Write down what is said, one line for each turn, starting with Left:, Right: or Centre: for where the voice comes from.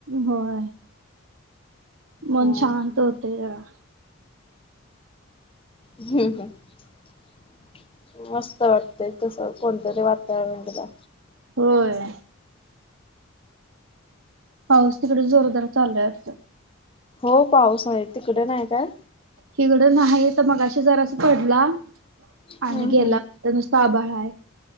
Right: होय. मन
Left: हा
Right: शांत होते जरा.
Left: हम्म हम्म मस्त वाटत. तसं कोणतंरी वातावरण केलं.
Right: होय. पाऊस तिकड जोरदार चाललाय वाटतं?
Left: हो पाऊस आहे. तिकडे नाही काय?
Right: हिकडं नाही तर मगाशी जरास पडला
Left: हम्म
Right: आणि गेला.
Left: हम्म
Right: तर नुसत आभाळ आहे